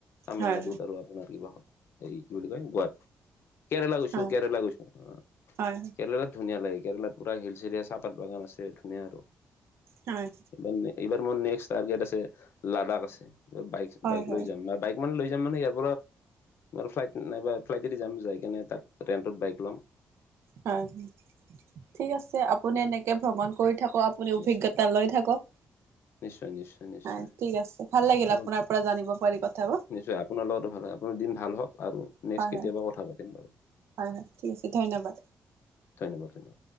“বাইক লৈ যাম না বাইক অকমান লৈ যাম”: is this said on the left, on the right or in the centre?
Left